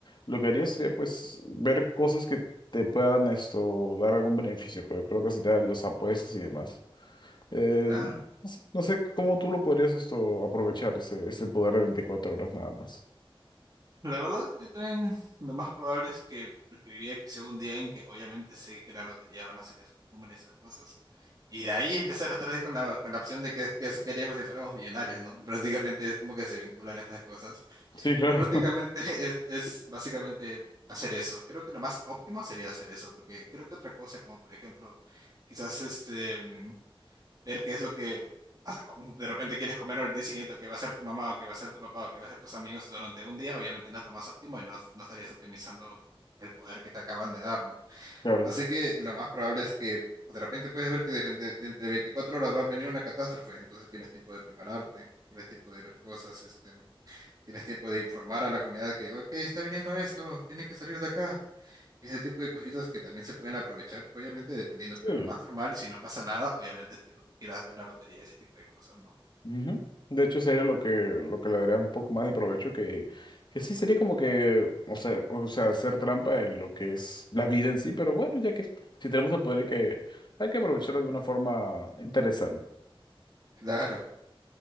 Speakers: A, on the left; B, on the right.
A: lo que haría sería pues ver cosas que te puedan esto dar algún beneficio. Creo, creo que sería las apuestas y demás. Eh,
B: claro.
A: no sé no sé cómo tú lo podrías esto aprovechar ese, ese poder de 24 horas nada más.
B: La verdad, yo también lo más probable es que preferiría que sea un día en que obviamente sé que la lotería van a hacer esos números y esas cosas, Y de ahí empezar otra vez con la, con la opción de que, que si queríamos si fuéramos millonarios, ¿no? Prácticamente es como que se vinculan estas cosas.
A: Sí, claro,
B: Pero prácticamente <laughs> es, es básicamente hacer eso. Creo que lo más óptimo sería hacer eso, porque creo que otra cosa, como por ejemplo, quizás este, mm, ver qué es lo que has- com- de repente quieres comer el día siguiente, o qué va a ser tu mamá, o qué va a ser tu papá, o qué va a ser tus amigos durante un día, obviamente no es lo más óptimo y no, no estarías optimizando el poder que te acaban de dar, ¿no?
A: <laughs> claro.
B: Así que lo más probable es que pues, de repente puedes ver que de, de- de entre 24 horas va a venir una catástrofe, entonces tienes tiempo de prepararte, tienes tiempo de ver cosas, este, tienes tiempo de informar a la comunidad que, ok, está viniendo esto, tienen que salir de acá. Ese tipo de cositas que también se pueden aprovechar, obviamente dependiendo,
A: Sí.
B: pero lo más normal, si no pasa nada, obviamente es que tú quieras ver la lotería, ese tipo de cosas, ¿no?
A: Ujú. De hecho, sería lo que, lo que le daría un poco más de provecho que, que sí sería como que, o sea, o sea, hacer trampa en lo que es la vida en sí, pero bueno, ya que si tenemos el poder hay que, hay que aprovecharlo de una forma interesante.
B: Claro.